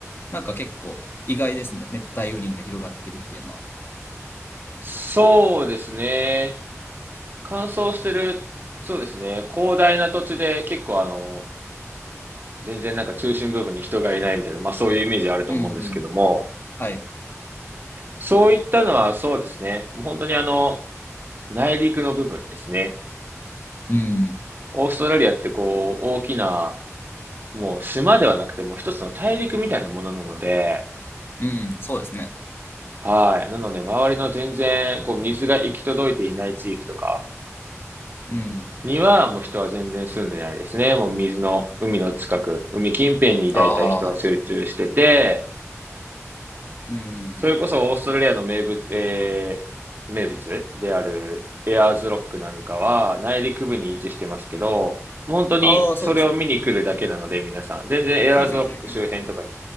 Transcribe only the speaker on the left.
なんか結構意外ですね。熱帯雨林が広がってるっていうのは。
うんうん。はい。
うん。
うん。そうですね。
うん。
ああ。うん。
ああ、そうですね。
<laughs>